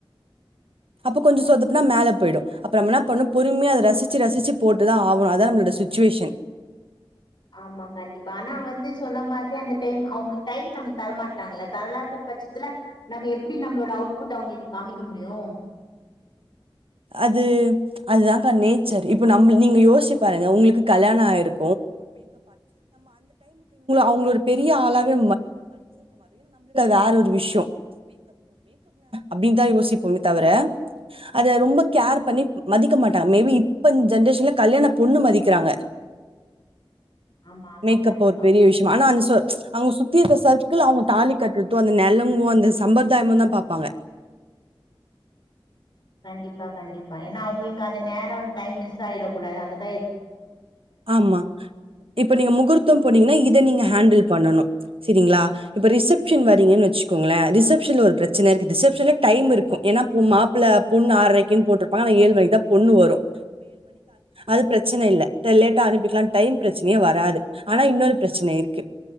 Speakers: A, on the right; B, on the left.
A: அப்ப கொஞ்சம் சொதப்புன்னா மேல போயீடூம் அப்ப நம்ம என்ன பண்ணனும் பொறுமையா ரசிச்சு ரசிச்சு போட்டுதான் ஆகணும் அதா நம்ம சுட்சிவேஷன்
B: ஆமா கண்டிப்பா ஆனா வந்து சொன்ன மாதிரி அந்த டைம் அவங்களுக்கு டைம் நமக்கு தரமாட்டட்டாங்கள தரலாத பட்சத்துல நம்ம எப்படி நம்மளோட அவுட்புட் அவங்களுக்கு காமிக்க முடியும்
A: அது அதுதான் கா நேத் இங்க யோச உங்களுக்கு கல்யாணம் அவ பெரிய ஆளாவ வேற ஒரு விஷயம் அனு யோசிப்போ தவிர அத ரொம்ப கேர் பண்ணி மதிக்க மாட்டாங்க மேபி இப்ப இந்த ஜென்ரேஷன்ல கல்யாண பொண்ணு மதிக்கிறாங்க
B: ஆமா ஆமா
A: மேப்
B: கண்டிப்பா
A: ஒரு பெரிய விஷயம் ஆனா அந்த அவங்க சுத்தி இருந்த சர்கள் அவங்க தாலி கட்டுறதும் அந்த நிலம் அந்த சம்பிரதாயமும் தான் பாப்பாங்க
B: கண்டிப்பா கண்டிப்பா ஏன்னா அவங்களுக்கு அந்த நேரம் டைம் மிஸ் ஆயிட கூடாது அ
A: ஆமா இப்ப நீங்க முகூர்த்தம் போனீங்கன்னா இத நீங்க ஹேண்டில் பண்ணணும் சரிங்களா இப்ப ரிசப்ஷன் வ <unintelligible> வச்சுக்கோ ங்கல ரிசப்ஷன் ஒரு பிரச்ன்ன இருக்கு ரிசப்ஷன் ல டைம் இருக்கும் மாப்ள பொண்ணு ஆரை க்கு போற்றுபாங்க ஆனா ஏழு மணிக்கு தான் பொண்ணு வரும் அது பிரச்சனை இல்ல லேட்டா அனுப்பிக்கலாம் டை பிரச்சனைய வராது ஆனா இன்னொரு பிரச்சனை இருக்கு